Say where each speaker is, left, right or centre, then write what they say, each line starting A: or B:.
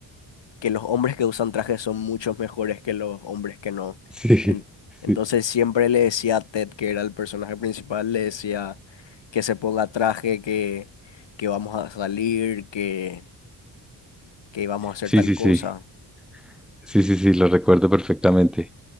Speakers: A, on the left; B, in the centre.
A: que los hombres que usan traje son muchos mejores que los hombres que no.
B: sí,
A: En-
B: sí.
A: entonces siempre le decía a Ted, que era el personaje principal, le decía que se ponga traje, que, que vamos a salir, que, que íbamos a hacer
B: Sí,
A: tal
B: sí,
A: cosa.
B: sí. Sí, sí, sí, lo recuerdo perfectamente.